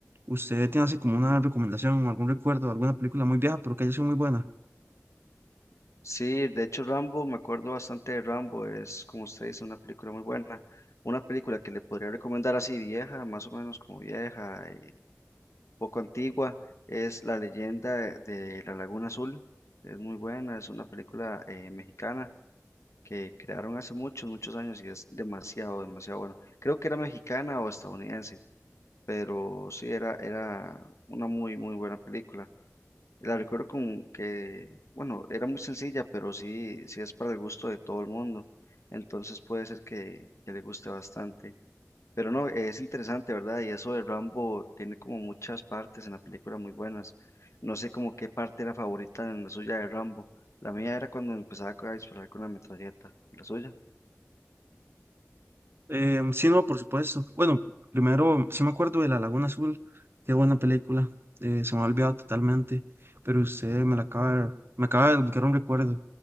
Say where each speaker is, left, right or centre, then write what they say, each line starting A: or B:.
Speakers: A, on the right; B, on the left.
A: ¿Usted tiene así como una recomendación, algún recuerdo, alguna película muy vieja, pero que haya sido muy buena?
B: Sí, de hecho Rambo, me acuerdo bastante de Rambo, es como usted dice, una película muy buena, una película que le podría recomendar así vieja, más o menos como vieja, y poco antigua, es La leyenda de, la Laguna Azul, es muy buena, es una película eh, mexicana que crearon hace muchos, muchos años y es demasiado, demasiado bueno. Creo que era mexicana o estadounidense, pero sí, era, era una muy, muy buena película. La recuerdo con que, bueno, era muy sencilla, pero sí, sí es para el gusto de todo el mundo. Entonces puede ser que, que le guste bastante. Pero no, es interesante, ¿verdad? Y eso de Rambo tiene como muchas partes en la película muy buenas. No sé como qué parte era favorita en la suya de Rambo. La mía era cuando empezaba a disparar con la metralleta, la suya.
A: Em, sí, no, por supuesto. Bueno, primero, sí me acuerdo de La Laguna Azul, qué buena película. eh, se me ha olvidado totalmente, pero usted me la acaba de, me acaba de desbloquear un recuerdo.